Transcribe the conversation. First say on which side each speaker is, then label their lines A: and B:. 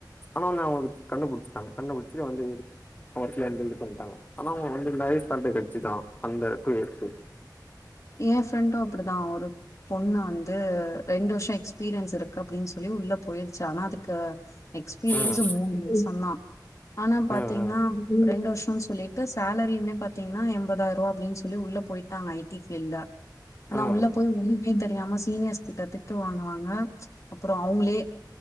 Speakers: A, on the left (about 20°); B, on the left (about 45°).
A: ஆனா வந்து அவங்களுக்கு கண்டுபுடிச்ட்டாங்க கண்டுபிடிச்சி வந்து ஒர்க்ல எந்த இது பண்ணிட்டாங்க ஆனா அவங்க வந்து இந்த பலத்தை கிச்சிதா அந்த டூ இயர்ஸ்
B: ஏன் ஃப்ரெண்டு அப்படிதா ஒரு பொண்ணு வந்து ரெண்டு வருஷோ எக்ஸ்பீரியன்ஸ்ருக்கு அப்படின்னு சொல்லி உள்ள போயிருச்சு ஆனா அதுக்கு எக்ஸ்பீரியன்ஸு
A: ம்
B: மூனு சொன்னா ஆனா பாத்தீங்ன்னா
A: ம்
B: <inaudible> ரெண்டு வருஷம் சொல்லிட்டு சேலரிமே பாத்தீங்ன்னா எண்பதாய்ரூவா அப்டின் சொல்லி உள்ள போயிட்டாங்க ஐ டி ஃபீல்ல
A: ம்
B: ஆனா
A: ம்
B: உள்ள போய் ஒன்னும் மே தெரியாம சீனியர்ஸ் கிட்ட திட்டு வாங்குவாங்க அப்புறோ அவுங்ளே